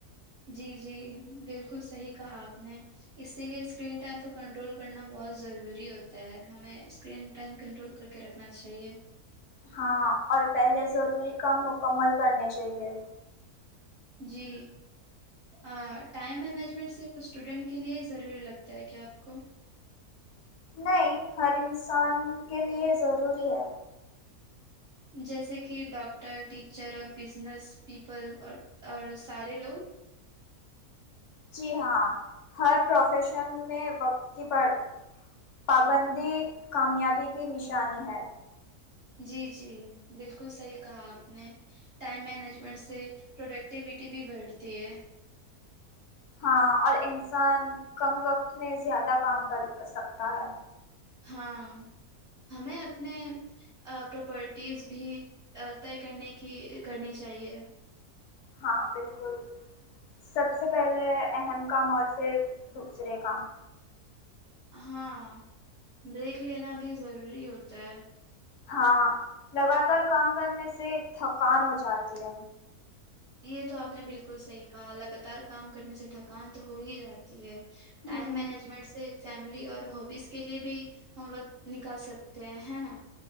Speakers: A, on the right; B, on the left.
A: جی جی بالکل صحیح کہا آپ نے اسی لیے اسکرین ٹائم کو کنٹرول کرنا بہت ضروری ہوتا ہے ہمیں اسکرین ٹائم کنٹرول کر کے رکھنا چاہیے
B: ہاں اور پہلے ضروری کام مکمل کرنے چاہیے
A: جی آ ٹائم مینجمنٹ صرف اسٹوڈنٹ کے لیے ہی ضروری لگتا ہے کیا آپ کو
B: نہیں ہر انسان کے لیے ضروری ہے
A: جیسے کہ ڈاکٹر ٹیچر اور بزنس پیپل اور اور سارے لوگ
B: جی ہاں ہر پروفیشن میں وقت کی بڑھ پابندی کامیابی کی نشانی ہے
A: جی جی بالکل صحیح کہا آپ نے ٹائم مینجمنٹ سے پروڈکٹیوٹی بھی بڑھتی ہے
B: ہاں اور انسان کم وقت میں زیادہ کام کر سکتا ہے
A: ہاں ہمیں اپنے آ پراپرٹیز بھی آ طے کرنے کی کرنی چاہیے
B: ہاں بالکل سب سے پہلے اہم کام اور پھر دوسرے کام
A: ہاں بریک لینا بھی ضروری ہوتا ہے
B: ہاں لگاتار کام کرنے سے تھکان ہو جاتی ہے
A: یہ تو آپ نے بالکل صحیح کہا لگاتار کام کرنے سے تھکان تو ہو ہی جاتی ہے
B: ہ
A: ٹائم مینجمنٹ سے فیملی اور ہوبیز کے لیے بھی ہم وقت نکال سکتے ہیں ہے نا